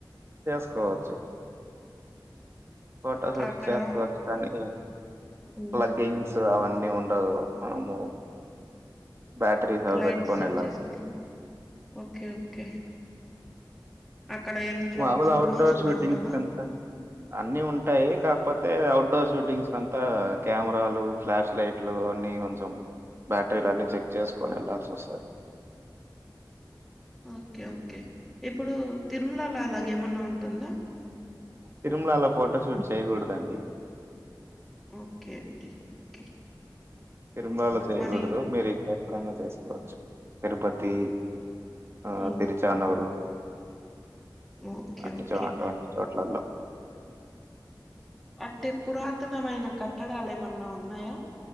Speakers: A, on the right (about 30°); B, in the centre.
A: చేసుకోవచ్చు ఫోటోషూట్
B: అక్కడ
A: చేసుకోవచ్చు కానీ
B: హ్మ్.
A: ప్ల్గింగ్స్ అవి అన్ని ఉండవు కథ మనము బ్యాటరీ స
B: లైట్స్
A: పెట్టుకని
B: సెట్
A: ఎలాలి
B: చేసుకోరా? ఓకే. ఓకే. అక్కడ ఏం షాప్స్,
A: మామలు అవుట్
B: రూమ్స్
A: డోర్
B: గూడా
A: షూటింగ్స్
B: ఉండవా?
A: కంతా అన్ని ఉంటాయి కాకపోతే అయితే అఔట్డోర్ షూటింగ్స్ అంతా కెమెరాలు ఫ్లాష్ లైట్లు అన్నీ కొంచెం బ్యాటరీల అన్ని చెక్ చేసుకొని వెళ్ళాల్సి వస్తది
B: ఓకే ఓకే ఇప్పుడు తిరుమలలో అలాగ ఏమన్నా ఉంటుందా
A: తిరుమలలో ఫోటో షూట్ చేయకూడదండి
B: ఓకే అండి ఓకే
A: తిరుమలాలు చేయకూడదు
B: మరి
A: మీరు ఇ ఎక్కడన్నా చేసుకోవచ్చు తిరుపతి తి ఆ
B: హ్మ్.
A: తరిచానవరు
B: ఓకే.
A: అంట
B: ఓకే.
A: చోట అంటి చోట్లలో
B: అంటే పురాతనమైన కట్టడాలు ఏమన్నా ఉన్నాయా.